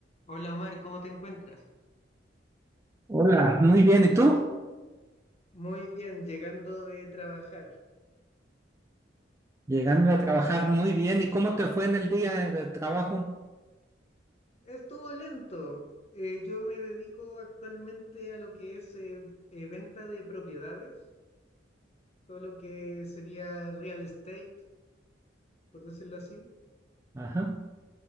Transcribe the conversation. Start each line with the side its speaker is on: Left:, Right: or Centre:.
Left: Hola Omar, ¿cómo te encuentras?
Right: Hola, muy bien. ¿Y tú?
Left: Muy bien, llegando de trabajar.
Right: Llegando a trabajar muy bien. ¿Y cómo te fue en el día de trabajo?
Left: Estuvo lento. Eh, yo me dedico actualmente a lo que es eh, eh, venta de propiedades, todo lo que sería real estate, por decirlo así.
Right: Ajá.